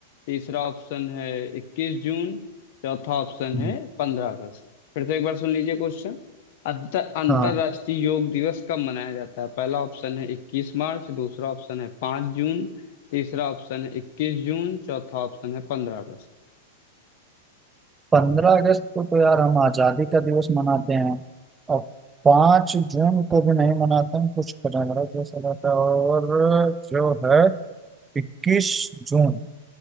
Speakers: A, on the left; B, on the right.
A: तीसरा ऑप्शन है इक्कीस जून चौथा ऑप्शन
B: हम्म,
A: है पंद्रह अगस्त फिर से एक बार सुन लीजिए क्वेश्चन अंतर अंतर्राष्ट्रीय
B: हाँ
A: योग दिवस कब मनाया जाता है पहला ऑप्शन है इक्कीस मार्च दूसरा ऑप्शन है पाँच जून तीसरा ऑप्शन है इक्कीस जून चौथा ऑप्शन है पंद्रह अगस्त
B: पंद्रह अगस्त को तो यार हम आज़ादी का दिवस मनाते हैं और पाँच जून को भी नहीं मनाते हैं कुछ पंद्रह जैसा रहता है और जो है इक्कीस जून